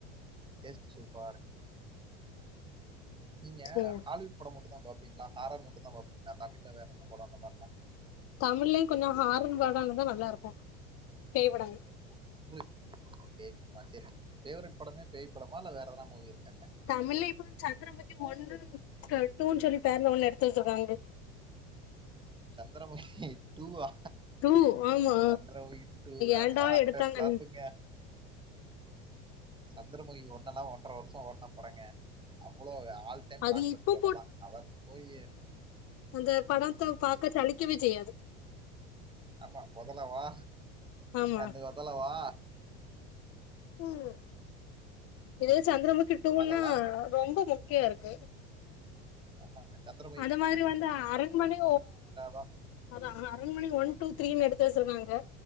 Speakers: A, on the right; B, on the left.
A: டேஸ்ட் சூப்பரா இருக்குங்க நீ
B: சேர்
A: ஹாலிவுட்டம் படம் மட்டும் தான் பாபீங்களா ஹாரர் மட்டும் தான் பாபீங்களா தமில்ல வேறந்த எந்த படம் அந்த மாரிலா
B: தமிழ்லயு கொஞ்சோ ஹார் படம்யிருந்த நல்லா இருக்கு பேய்பாடாங்க
A: உ உங்களாகு சரிவரட் பாவரட் படமே பேய் படமா இல்ல வேறதாவா மூவி இருக்காங்க
B: தமிழ்ல இப்ப சந்திரமுக்கி ஒன்னு டூன்னு சொல்லி பேர்ல ஒண்ணு எடுத்து வேச்சுருக்காங்க
A: சந்திரமுகி டுவா
B: டூ ஆமா
A: சந்திரமுகி டூ லா
B: ஏன்டா
A: அதெல்லா அட்டா
B: எடுத்தாங்கன்
A: பிழப்புங்க சந்திரமுகி ஒண்ணல்லா ஒன்றரை வருஷ ஓடுன படங்கா அவ்வளோ ஆல் டைம்
B: அது
A: பிளாக் பஸ்டர்
B: இப்ப
A: அதெல்லா அதா போய்
B: இந்த படத்தை பாக்க சளிக்கவே செய்யாது
A: ஆமா உதல வா
B: ஆமா
A: அண்ணு வதலவா
B: ம் இதே சந்திரமுக்கி டுன
A: அதெல்லாம்
B: ரொம்ப மொக்காய இருக்கு
A: ஆமாங்க சந்திர
B: அந்த மாரி வந்து அரண்மனை
A: தான்
B: அத அரண்மனை ஒன் டூ தரீனு எடுத்து வேச்சுருக்கா